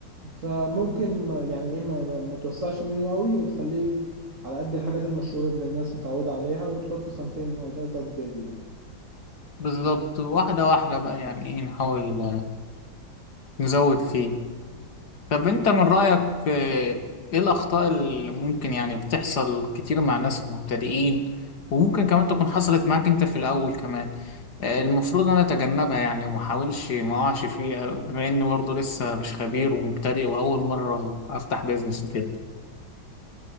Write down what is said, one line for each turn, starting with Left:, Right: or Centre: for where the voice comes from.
Right: فممكن ما يعني إيه ما, ما, ما توسعش المنيو قوي وتخليه على قد الحاجات المشهورة اللي الناس متعودة عليها وتحط صنفين أو تلاتة جداد يعني
Left: بالظبط واحدة واحدة بقى يعني ايه نحاول آه، نزود فيه طب انت من رأيك آه، ايه الأخطاء اللي ممكن يعني بتحصل كتير مع الناس المبتدئين وممكن كمان تكون حصلت معاك انت في الأول كمان آه، المفروض انا اتجنبها يعني وما احاولش ما اقعش فيها بما اني برضه لسه مش خبير ومبتدئ واول مرة افتح بيزنس وكده